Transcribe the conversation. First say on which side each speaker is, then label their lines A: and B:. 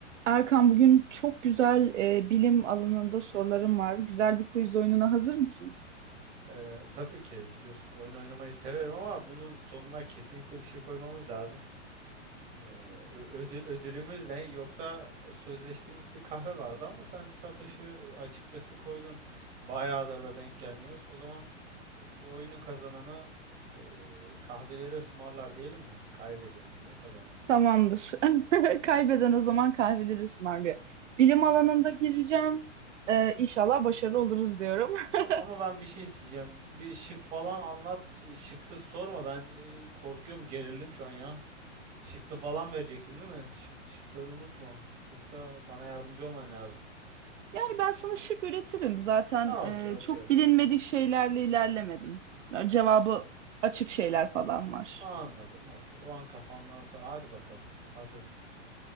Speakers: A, on the right; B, on the right.
A: Erkan bugün çok güzel e, bilim alanında sorularım var. Güzel bir quiz oyununa hazır mısın?
B: Ee, tabii ki biliyorsun oyun oynamayı severim ama bunun sonuna kesinlikle bir şey koymamız lazım. Ee, ö- ödül, ödülümüz ne? Yoksa sözleştiğimiz bir kahve vardı ama sen satışı açıkçası koydun. Bayağıdır da denk gelmiyoruz. O zaman e, bu oyunun kazananı e, kahveleri ısmarlar diyelim mi? Kaybedeni niye kazanan ısmarlasın
A: Tamamdır.
B: ki?
A: <laughs> Kaybeden o zaman kahveleri ısmarlıyor. Bilim alanında gireceğim. E, inşallah başarılı oluruz diyorum. <laughs>
B: Ama, ama ben bir şey isteyeceğim. Bir şık falan anlat. Şıksız sorma. Ben e, korkuyorum, gerildim şu an ya. Şıklı falan vereceksin değil mi? Şık, şıkları unutma. Yoksa bana yardımcı olman lazım.
A: Yani ben sana şık üretirim. Zaten
B: Ha okey okey
A: e, çok
B: okey
A: bilinmedik
B: okey.
A: şeylerle ilerlemedim. Yani
B: Ya
A: cevabı açık şeyler falan var.
B: anladım okey. O an kafandansa hadi bakalım. Hazırım.